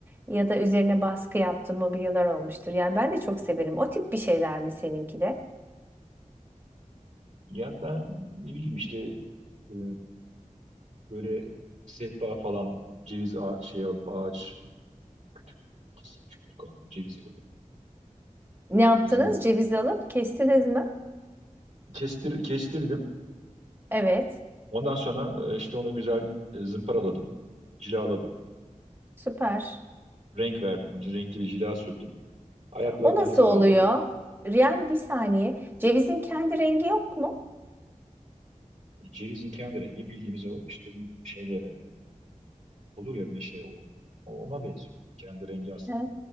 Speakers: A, on the right (about 15°); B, on the right (about 65°).
A: Ya da üzerine baskı yaptığın mobilyalar olmuştur. Yani ben de çok severim. O tip bir şeyler mi seninki de?
B: Ya ben ne bileyim işte e, böyle sehpa falan ceviz ağa- şey alıp ağaç kütük kesip kütük alıp ceviz alıp
A: Ne yaptınız?
B: onu zım-
A: Cevizi alıp kestiniz mi?
B: kestir, kestirdim.
A: Evet.
B: Ondan sonra e, işte onu güzel e, zımparaladım, cilaladım,
A: Süper.
B: renk verdim, renkli bir cila sürdüm. Ayakları
A: O
B: da
A: nasıl
B: hazır
A: oluyor?
B: aldım.
A: Yani bir saniye. Cevizin kendi rengi yok mu?
B: Cevizin kendi rengi bildiğimiz o işte şeylere olur ya meşe olduğunu ona benziyor. Kendi rengi aslında
A: He,